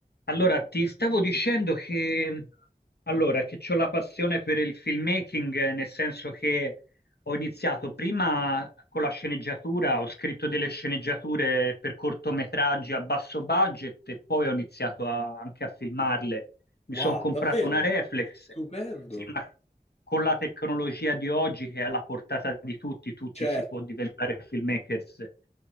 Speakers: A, on the left; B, on the left.
A: Allora, ti stavo dicendo che, allora, che ho la passione per il filmmaking, eh, nel senso che ho iniziato prima con la sceneggiatura, ho scritto delle sceneggiature per cortometraggi a basso budget e poi ho iniziato a- anche a filmarle. Mi
B: Wow,
A: sono comprato
B: davvero?
A: una reflex,
B: Stupendo.
A: Sì, ma con la tecnologia di oggi che è alla portata di tutti, tutti
B: Certo,
A: si può diventare filmmakers.